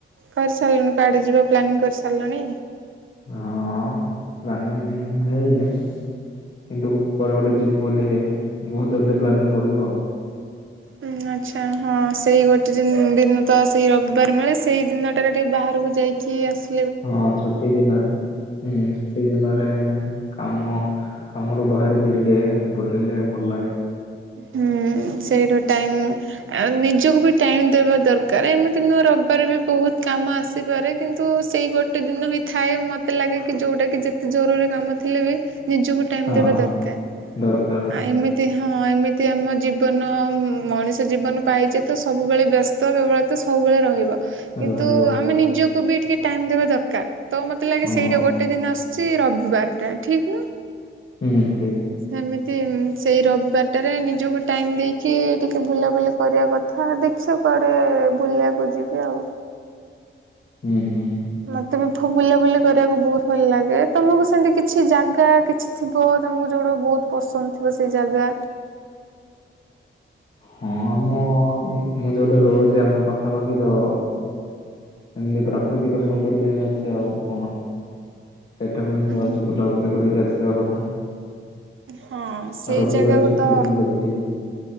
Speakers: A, on the right; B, on the left.
A: କରିସାରିଲଣି କୁଆଡେ ଯିବ ପ୍ଲାନିଂ କରିସାରିଲଣି?
B: ହଁ ପ୍ଲାନିଂ ହେଇନି। କିନ୍ତୁ କୁଆଡେ ଗୋଟେ ଯିବୁ ବୋଲି ବହୁତ ଜଲଦି ପ୍ଲାନିଂ କରିବୁ ଆଉ।
A: ହୁଁ ଆଚ୍ଛା ହଁ ସେଇ ଗୋଟେ ଦିନ ତ ସେଇ ରବିବାର ମାନେ ସେଇ ଦିନଟାରେ ଟିକିଏ ବାହାରକୁ ଯାଇକି ଆସୁ।
B: ହଁ ଛୁଟି ଦିନରେ। ହୁଁ ଛୁଟି ଦିନରେ କାମ କାମରୁ ବାହାରିକି ଟିକେ ବୁଲିଲେ ଭଲ ଲାଗେ।
A: ହୁଁ ସେଇଠୁ ଟାଇମ୍ ଆଉ ନିଜକୁ ବି ଟାଇମ୍ ଦେବା ଦରକାର ଏମିତି ନୁଆ ରବିବାର ବି ବହୁତ କାମ ଆସିପାରେ କିନ୍ତୁ ସେଇ ଗୋଟେ ଦିନ ହିଁ ଥାଏ ମତେ ଲାଗେ କି ଯୋଉଟା କି ଯେତେ ଜରୁରୀ କାମ ଥିଲେ ବି ନିଜକୁ ଟାଇମ୍
B: ହଁ
A: ଦେବା ଦରକାର
B: ଦରକାର
A: ଆ ଏମିତି ହଁ। ହଁ ଏମିତି ଆମ ଜୀବନ ମଣିଷ ଜୀବନ ପାଇଛ ତ ସବୁବେଳେ ବ୍ୟସ୍ତ ବ୍ୟବ୍ରତ ସବୁବେଳେ ରହିବ। କିନ୍ତୁ
B: ରହିବ
A: ଆମେ ନିଜକୁ ବି ଟିକେ ଟାଇମ ଦବା ଦରକାର ତ ମତେ ଲାଗେ
B: ହଁ
A: ସେଇଟା ଗୋଟେ ଦିନ ଆସେ। ସେ ରବିିବାରଟା ଠିକ୍ ନା।
B: ହୁଁ ଠିକ୍।
A: ଏମିତି ସେଇ ରବି ବାଟରେ ନିଜକୁ ଟାଇମ ଦେଇକି ଟିକେ ବୁଲାବୁଲି କରିବା କଥା ଦେଖିଥ କୁଆଡ଼େ ବୁଲିବାକୁ କୁ ଯିବି ଆଉ
B: ହୁଁ ହୁଁ।
A: ମତେ ବି ବୁଲାବୁଲି କରିବାକୁ ବହୁତ ଭଲ ଲାଗେ ତମକୁ ସେମିତି କିଛି ଜାଗା କିଛି ଥିବ ତମକୁ ଯୋଉଟା ବହୁତ ପସନ୍ଦ ଥିବ ସେ ଜାଗା
B: ହଁ ମୁଁ ଯୋଉଟି ରହୁଛି ଆମ ପାଖାପାଖି ତ। ଏମିତି ପ୍ରାକୃତିକ ସୌନ୍ଦର୍ଯ୍ୟ ହିଁ ଅଛି ଆଉ କଣ ସେଠାକୁ ହିଁ
A: ଉଁ
B: ଯାଉଛୁ ବୁଲାବୁଲି କରିକି ଆସିବା କଥା।
A: ହଁ ସେଇ
B: ରବିବାର
A: ଜାଗାକୁ
B: ଛୁଟି
A: ତ
B: ଦିନ ଦେଖିବି।